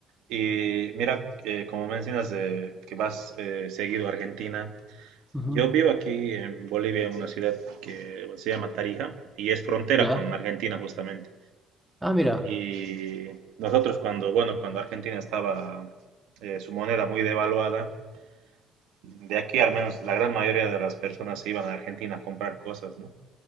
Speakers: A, on the right; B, in the centre.
A: y mira, eh, como mencionas de que vas eh, seguido a Argentina,
B: Ujú.
A: yo vivo aquí en Bolivia, en una ciudad que se llama Tarija y es frontera
B: ¿Ya?
A: con Argentina justamente.
B: Ah, mira,
A: Y nosotros cuando, bueno, cuando Argentina estaba eh, su moneda muy devaluada, de aquí al menos la gran mayoría de las personas se iban a Argentina a comprar cosas, ¿no?